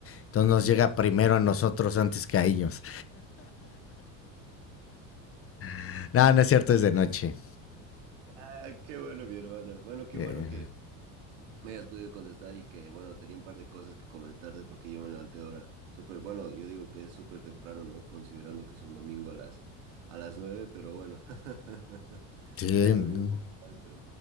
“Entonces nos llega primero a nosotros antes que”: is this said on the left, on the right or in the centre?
Left